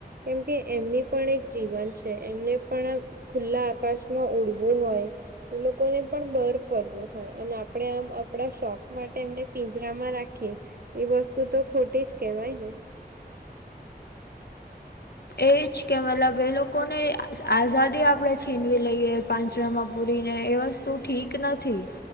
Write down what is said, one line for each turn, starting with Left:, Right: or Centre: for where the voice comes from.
Right: કેમ કે એમની પણ એક જીવન છે એમને પણ આ ખુલ્લા આકાશમાં ઉડવું હોય તો એ લોકોને પણ બાર ફરવું હોય અને આપ આપણે આમ આપણા શોખ માટે એમને પિંજરામાં રાખીએ એ વસ્તુ તો ખોટી જ કેહેવાય ને
Left: એજ કે મતલબ એ લોકોને આઝાદી આપણેે છીનવી લઈએ પાંજરામાં પૂરીને એ વસ્તુ ઠીક નથી